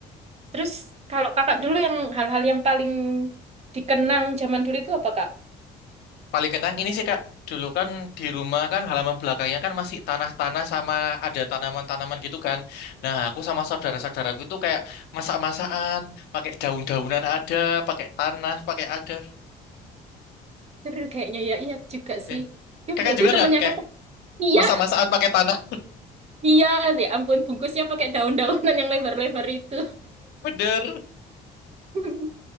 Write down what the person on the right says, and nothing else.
Terus kalau kakak dulu yang hal-hal yang paling dikenang zaman dulu itu apa kak?
Seru kayaknya ya. Iya juga sih.
Ya,
berarti
temennya
kakak. Iya,
iya. Ya ampun, bungkusnya pakai daun-daunan yang lebar-lebar itu.
<laughs>